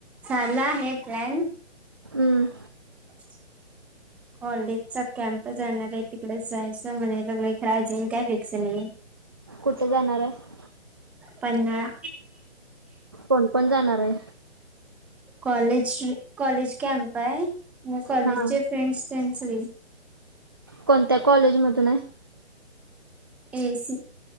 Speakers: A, in the centre; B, on the right.
A: चालला आहे प्लॅन.
B: हम्म.
A: <unintelligible> कॉलेजचा कॅम्प जाणार आहे तिकडेच जायचं म्हणाय लगलोय, खरं अजून काय फिक्स नाही.
B: कुठं जाणार आहे?
A: पन्हाळा.
B: कोण कोण जाणार हाय?
A: कॉलेज कॉलेज कॅम्प आहे, मग कॉलेजचे
B: हा.
A: फ्रेंड्स त्यांच सगळी
B: कोणत्या कॉलेजमधून आहे?
A: एसी.